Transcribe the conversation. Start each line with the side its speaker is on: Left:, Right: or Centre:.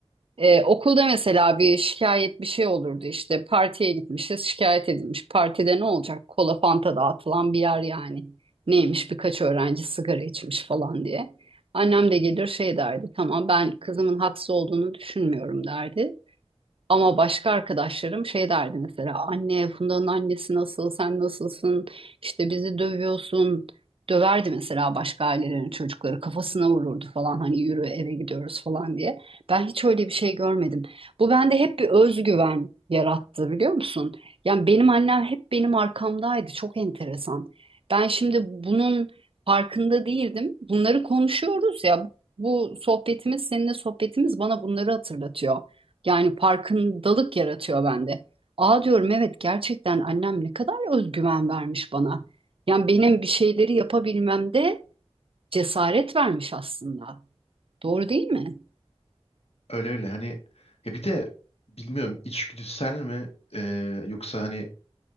Right: Ee, okulda mesela bir şikayet bir şey olurdu işte partiye gitmişiz şikayet edilmiş partide ne olacak kola fanta dağıtılan bir yer yani neymiş birkaç öğrenci sigara içmiş falan diye annem de gelir şey derdi tamam ben kızımın haksız olduğunu düşünmüyorum derdi ama başka arkadaşlarım şey derdi mesela anne Funda'nın annesi nasıl sen nasılsın işte bizi dövüyorsun döverdi mesela başka ailelerin çocukları kafasına vururdu falan hani yürü eve gidiyoruz falan diye. Ben hiç öyle bir şey görmedim. Bu bende hep bir özgüven yarattı biliyor musun? Yani benim annem hep benim arkamdaydı çok enteresan. Ben şimdi bunun farkında değildim. Bunları konuşuyoruz ya bu, bu sohbetimiz seninle sohbetimiz bana bunları hatırlatıyor. Yani farkındalık yaratıyor bende. Aa diyorum evet gerçekten annem ne kadar özgüven vermiş bana. Yani benim bir şeyleri yapabilmemde cesaret vermiş aslında. Doğru değil mi?
Left: Öyle öyle hani ya bir de bilmiyorum içgüdüsel mi e, yoksa hani